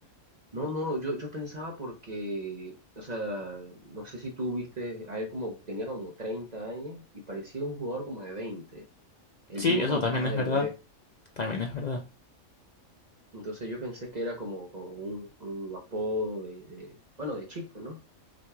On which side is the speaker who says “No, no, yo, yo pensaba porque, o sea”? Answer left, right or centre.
Right